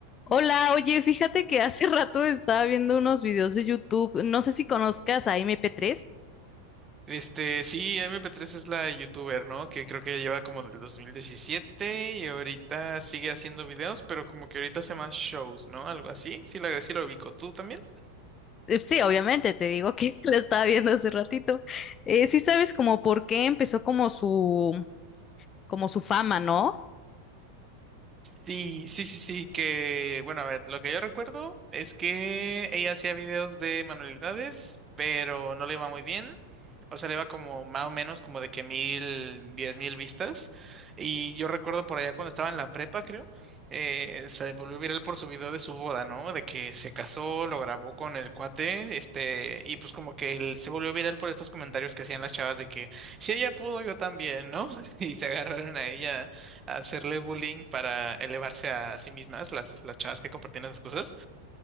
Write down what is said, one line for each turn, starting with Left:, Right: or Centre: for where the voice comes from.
Left: Hola, oye, fíjate que hace <laughs> rato estaba viendo unos videos de YouTube. No sé si conozcas a MP3.
Right: Este, sí, M P tres es la youtuber, ¿no? Que creo que lleva como del 2017 y ahorita sigue haciendo videos, pero como que ahorita hace más shows, ¿no? Algo así. Sí, la, sí lo ubico. ¿Tú también?
Left: Eh, Sí, obviamente, te digo que <laughs> la estaba viendo hace ratito. Eh, sí sabes como por qué empezó como su, como su fama, ¿no?
Right: Sí, sí, sí, sí, que, bueno, a ver, lo que yo recuerdo es que ella hacía videos de manualidades, pero no le iba muy bien. O sea, le iba como más o menos como de que mil, diez mil vistas. Y yo recuerdo por allá cuando estaba en la prepa, creo, eh, se volvió viral por su video de su boda, ¿no? De que se casó, lo grabó con el cuate, este, y pues como que él se volvió viral por estos comentarios que hacían las chavas de que si ella pudo, yo también, ¿no? <laughs> Y se agarraron a ella hacerle bullying para elevarse a, a sí mismas, las, las chavas que compartían esas cosas,